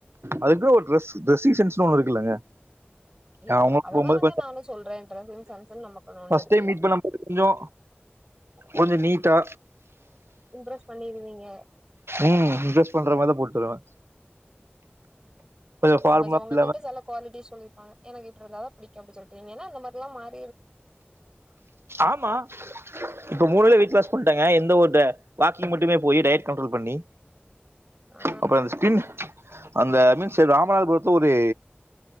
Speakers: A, on the right; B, on the right.
A: அதுக்கு. ட்ரெஸ் ட்ரெஸ்ஸிங்சென்ஸ்னு ஒன்னு இருக்குல்லங்க.
B: இல்ல
A: அவங்களுக்கு
B: அததானங்க
A: போகும்போது
B: நானு சொல்றே ட்ரெஸ்ஸிங் சென்ஸ்ன்னு நமக்குன்னு ஒண்ணு
A: பஸ்ட்டைம்
B: இருக்குல்லங்க
A: மீட் பண்ணும்போது கொஞ்சோ கொஞ்சோ நீட். தா.
B: இம்ப்ரஸ் பண்ணிருவீங்க.
A: ம் இம்ப்ரஸ் பண்ற மாரிதா போட்டு வருவ. ஃபார்மலா
B: உங்க உங்ககிட்ட
A: இல்லாம
B: சில குவாலிட்டிஸ் சொல்லிருப்பாங்க. எனக்கு இப்டியிருந்தாதா புடிக்கு அப்டி சொல்ட்டு என்ன நீங்க அந்த மாரிலா மாத்
A: ஆமா இப்ப மூணுல வெயிட்லாஸ். பன்ட்டங்க எந்த ஒரு வாக்கிங் மட்டுமே போய் டயட் கண்ட்ரோல் பண்ணி.
B: ஆ
A: அப்புறோ இந்த ஸ்கிரீன். அந்த மீஸ் ராமநாதபுரத்துல ஒரு